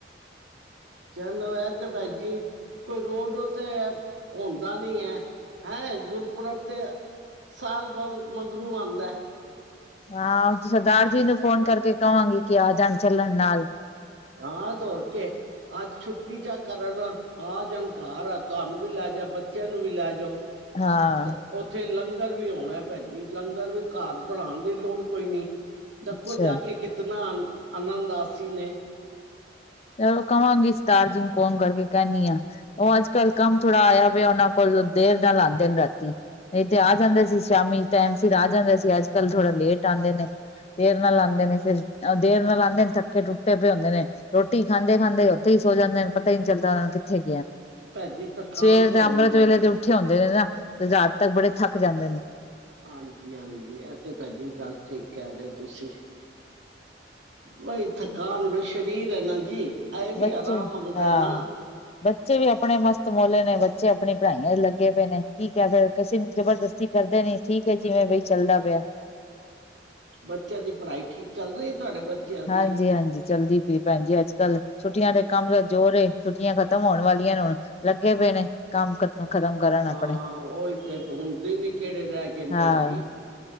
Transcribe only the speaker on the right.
ਚਲੋ ਇਹ ਤੇ ਭੈਣ ਜੀ ਕੋਈ ਰੋਜ ਰੋਜ ਤੇ ਹਣਦਾ ਨੀ ਹੈ। ਹੈਂ ।ਗੁਰਪੁਰਬ ਤੇ ਸਾਲ ਬਹੁਤ ਮਗਰੋ ਆਉਂਦਾ ।
ਹਾਂ ਤੇ ਹੋਰ ਕੇ ਛੁੱਟੀ ਚ ਕਰਨ ਆਹ ਜਣ ਘਰ ਆ ਤੁਹਾਨੂੰ ਵੀ ਲੈ ਜਾ ਬੱਚਿਆਂ ਨੂੰ ਵੀ ਲੈ ਜਾਣ
ਤਾਂ ਉੱਥੇ ਲੰਗ ਲੰਗਰ ਵੀ ਆਣਾ ਭੈਨ ਜੀ ਲੰਗਰ ਵੀ ਘਰ ਬਣਾਉਣ ਦੀ ਲੋੜ ਕੋਈ ਨੀ। ਦਬਕੋ
ਜਾ ਕੇ ਕਿਤਨਾ, ਅਨੰਨਦਾਸੀ ਨੇ।
ਭੈਣ ਜੀ ਥਕਾਨ
ਤੇ
ਹੋ
ਹੀ ਜਾਂਦੀ
ਹਾਂਜੀ, ਹਾਂਜੀ ਇਥੇ ਭੈਣ ਜੀ ਗੱਲ ਠੀਕ ਕਹਿ ਰਹੇ ਹੋ ਤੁਸੀਂ ਬਈ ਥਕਾਨ ਵੀ ਸ਼ਰੀਰ ਹੈ ਨਾ ਜੀ ਐਵੀ
ਆਰਾਮ ਮੰਗਦਾ
ਨਾ
ਬੱਚਿਆਂ ਦੀ ਪੜ੍ਹਾਈ ਠੀਕ ਚੱਲ ਰਹੀ? ਤੁਹਾਡੇ ਬੱਚਿਆਂ ਦੀ?
ਹਾਂ,
ਉਹੀ ਤੇ ਹੁੰਣ ਦੀਨ ਈ ਕਿਹੜੇ ਰਹਿ ਗਏ ਨੇ
ਭੈੰਜੀ,